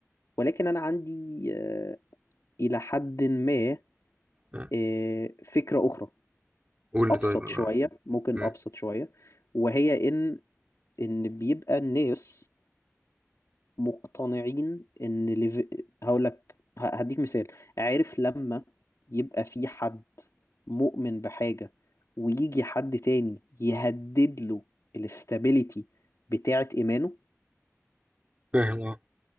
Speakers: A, on the left; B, on the right.
A: ولكن انا عندي آه، الى حد ما
B: آه.
A: آه، فكرة اخرى
B: قول
A: ابسط
B: لي طيب انا
A: شويه ممكن
B: آه.
A: ابسط شويه وهي ان ان بيبقى الناس مقتنعين ان ليف... هقول لك هديك مثال عارف لما يبقى في حد مؤمن بحاجه ويجي حد تاني يهدد له الاستابيليتي بتاعه ايمانه
B: فاهم اه